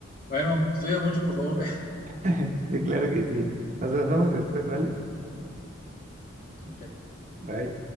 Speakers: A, on the left (about 45°); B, on the right (about 35°).
A: Bueno, estudia mucho, por favor. <laughs>
B: <laughs> Sí, claro que sí. Nos hablamos después, ¿vale?
A: Ok.
B: Bye.